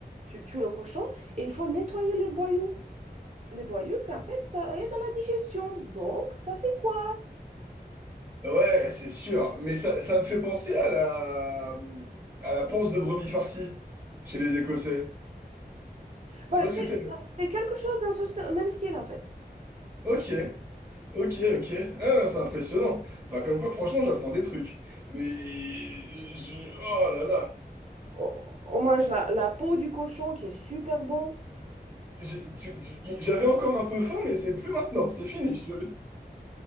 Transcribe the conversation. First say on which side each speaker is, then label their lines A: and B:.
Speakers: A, on the right; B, on the right.
A: tu tues le cochon et il faut nettoyer les boyaux. Les boyaux, qu'en fait, ça aide à la digestion. Donc, ça fait quoi?
B: Ouais, c'est sûr. Mais ça, ça me fait penser à la... à la panse de brebis farcie chez les Écossais.
A: Bah,
B: Tu vois
A: c'est
B: ce que c'est? le-
A: c'est quelque chose dans ce st- même style, en fait.
B: Ok. Ok, ok. Ah, c'est impressionnant. Bah comme quoi, franchement, j'apprends des trucs. Mais je... Oh là là.
A: on, on mange la, la peau du cochon qui est super bon.
B: J'ai- tu- tu- J'avais encore un peu faim, mais c'est plus maintenant. C'est fini. je te-